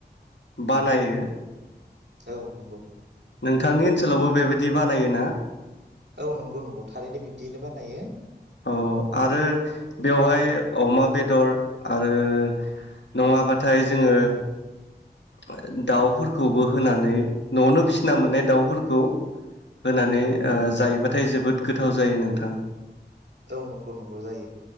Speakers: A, on the left; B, on the right.
A: बानायो।
B: औ नंगौ।
A: नोंथांनि ओनसोलावबो बेबायदि बानायोना?
B: औ नंगौ नंगौ थारैनो बिब्दियैनो बानायो।
A: औ आरो बेवहाय अमा बेदर आरो नङाबाथाय जोङो ओ दाउफोरखौबो होनानै न'आवनो फिसिना मोननाय दाउफोरखौ होनानै ओ
B: औ
A: जायोबा थाय जोबोद गोथाव जायो नोंथां।
B: औ नंगौ नंगौ जायो।